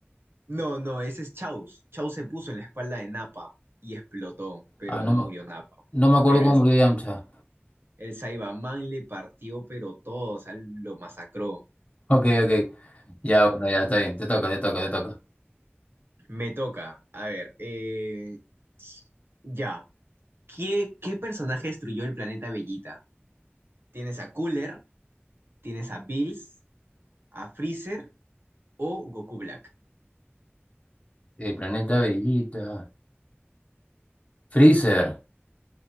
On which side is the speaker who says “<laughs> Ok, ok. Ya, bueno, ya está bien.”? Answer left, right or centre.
Left